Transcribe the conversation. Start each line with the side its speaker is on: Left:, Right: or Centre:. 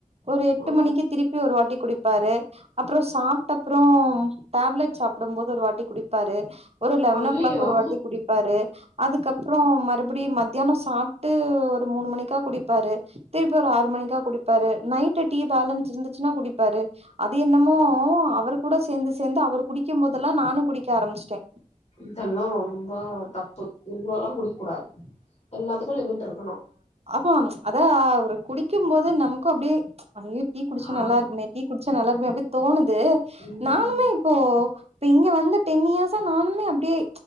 Right: ஒரு எட்டு
Left: ஓ
Right: மணிக்கு திருப்பி ஒரு வாட்டி குடிப்பாரு அப்புறொ சாப்ட்ட அப்புறொ டேப்லெட் சாப் டும் போது ஒரு வாட்டி குடிப்பாரு ஒரு லெவன்
Left: ஐயையோ
Right: ஓ கிளாக் ஒரு வாட்டி குடிப் பாரு அதுக்கப்றோ மறுபடி மத்தியானொ சாப்ட்டு ஒரு மூணு மணிக்கா குடிப்பாரு திருப்பி ஒரு ஆறு மணிக்கா குடிப்பாரு நைட்டு டீ பேலன்ஸ் இருந்துச்சுன்னா குடிப்பாரு அது என்னமோ அவர் கூட சேந்து சேந்து அவரு குடிக்கும் போது எல்லாம் நானு குடிக்க ஆரம்பிச்சிட்டே
Left: இதெல்லா ரொம்ப தப்பு இவ்ளோ எல்லா குடிக்கூடாது எல்லாத்துக்கு லிமிட் இருக்கணு
Right: அப்ப அத அவரு குடிக்கும்போது நமக்கூ அப்டியே ஐயே டீ குடிச்சா
Left: ஆ
Right: நல்லா இருக்குமே டீ குடிச்சா நல்லா இருக்குமே அப்டி தோணுது
Left: ம்
Right: நானுமே ஓ இப்ப இங்க வந்து டென் இயர்ஸா நானுமே அப்டியே